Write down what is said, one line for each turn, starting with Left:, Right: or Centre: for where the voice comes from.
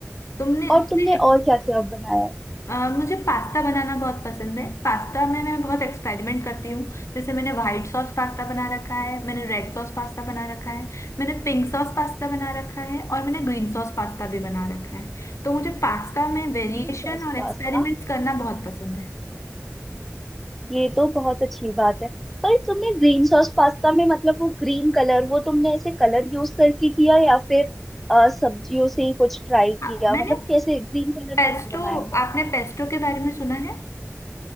Left: तुमने
Centre: और
Left: तुमने
Centre: तुमने और क्या क्या बनाया
Left: अ, मुझे पास्ता बनाना बहुत पसंद है पास्ता में मैं बहुत एक्सपेरिमेंट करती हूँ जैसे मैंने व्हाइट सॉस पास्ता बना रखा है मैंने रेड सॉस पास्ता बना रखा है मैंने पिंक सॉस पास्ता बना रखा है और मैंने ग्रीन सॉस पास्ता भी बना रखा है तो मुझे पास्ता में वेरिएशन
Centre: क्रीम सॉस
Left: और
Centre: पास्ता
Left: एक्सपेरिमेंट्स करना बहुत पसंद है
Centre: ये तो बहुत अच्छी बात है पर तुमने ग्रीन सॉस पास्ता में मतलब वो ग्रीन कलर वो तुमने ऐसे कलर यूज करके किया या फिर अ, सब्जियों से ही कुछ ट्राई किया
Left: हाँ मैंने
Centre: मतलब कैसे ग्रीन कलर
Left: पेस्टो
Centre: कैसे बनाया
Left: आपने पेस्टो के बारे में सुना है